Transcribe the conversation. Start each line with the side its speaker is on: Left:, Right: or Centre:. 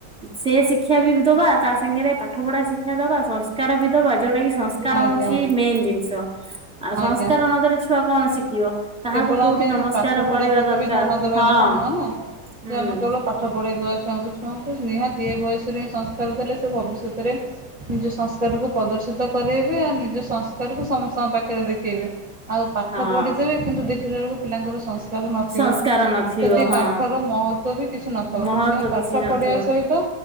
Centre: ସେ ଶିକ୍ଷା ବି ଦବା ତା ସାଙ୍ଗରେ ପାଠ ପଢା ଶିକ୍ଷା ଦବା ସଂସ୍କାର ବି ଦବା ଯୋଉଟା କି ସଂସ୍କାର
Right: ଆଜ୍ଞା ଆଜ୍ଞା
Centre: ହଉଛି, ମେନ୍ ଜିନିଷ ଆଉ
Right: ଆଜ୍ଞା।
Centre: ସଂସ୍କାର ନଦେଲେ ଛୁଆ କଣ ଶିଖିବ କାହାକୁ
Right: କେବଳ
Centre: କୋଉଠି
Right: ଆମେ
Centre: ନମସ୍କାର
Right: ପାଠ କପଡା
Centre: କରିବା
Right: ପ୍ରତି
Centre: ଦରକାର
Right: ବି ଧ୍ୟାନ ଦବା
Centre: ହଁ
Right: କଥା ନୁହଁନା,
Centre: ହୁଁ
Right: ଯେ ଆମେ କେବଳ ପାଠ ପଢେଇ ଦବାକୁ ଛଙ୍ଗୁ ଛୁଆଙ୍କୁ, ନିହାତି ଏ ବୟସରେ ସଂସ୍କାର ଦେଲେ, ସେ ଭବିଷ୍ୟତରେ ନିଜ ସଂସ୍କାରକୁ ପ୍ରଦର୍ଶ ଉଚତ କରାଇବେ, ଆଉ ନିଜ ସଂସ୍କାରକୁ ସମସ୍ତଙ୍କ ପାଖରେ ଦେଖେଇବେ ଆଉ ପାଠ
Centre: ହଁ।
Right: ପଢ଼ିଦେବେ କିନ୍ତୁ ଦେଖିଲା ବେଳକୁ ପିଲାର ସଂସ୍କାର ନଥିବ
Centre: ସଂସ୍କାର ନଥିବ
Right: ସେଠି
Centre: ହଁ
Right: ପାଠର ମହତ୍ ତ ବି କିଛି ନଥାଉ
Centre: ମହତ୍ଵ
Right: ସେଥିପାଇଁ ପାଠ
Centre: କିଛି ନଥିବ।
Right: ପଢ଼ିବା ସହିତ